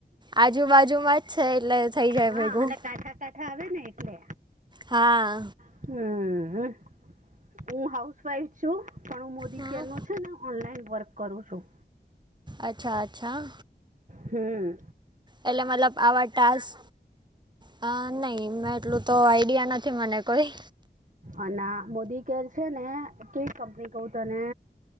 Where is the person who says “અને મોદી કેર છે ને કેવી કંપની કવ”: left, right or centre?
Right